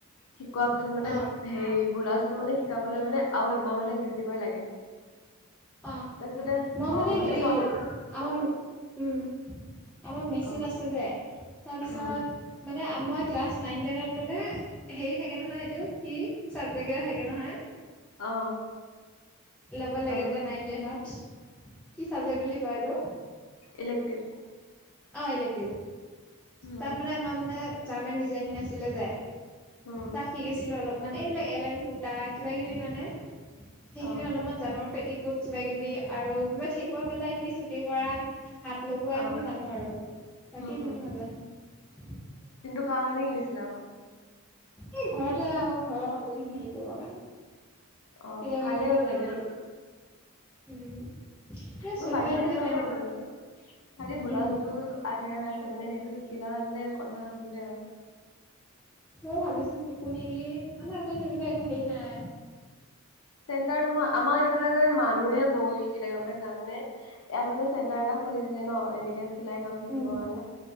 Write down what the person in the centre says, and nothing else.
অ
অ
মই
মানে হেৰি
আমাৰ উম আমাৰ মেচিত
আছে যে তাৰপিছত
ই ক্লা নন নত মানে হে থাকে নহয় এইটো কি জেগেইটা থাকে নহয়
ল'ব
লাগে
যে নাইনেনত কি চাবজেক্ট বুলি কয়টো
অ' ইলেক্টিভ,
তাত মানে আমাৰ মানে ৰ্জামান ডিজাইনিং আছিলে যে
তাত শিকিছিলো অলপ, মানে এইবিলাক এলা এম কুৰ্তা কিবা কিবি মানে সেইখিনি
অলপমান জানো। পেটিকুট কিবা কিবি আৰু কিবা ঠেকুৱা মেলা এইখিনি চুটি কৰা হাত লগোৱা
খিনি জানো আৰু, বাকী
ইমান নাজানো।
এই ঘৰতে আৰু ঘৰৰ কাপোৰখিনি হেৰি কৰিবৰ কাৰণে।
কেতিয়াবা
কেতিয়াবা
লাগে,
উম এ
চলোৱাই
নাযায়
টাইম
পোৱা
নাযায়
উম
ময়ও ভাবিছো শিকো নেকি আমাৰ আৌ তেনেকুৱা একো হেই নাই
উম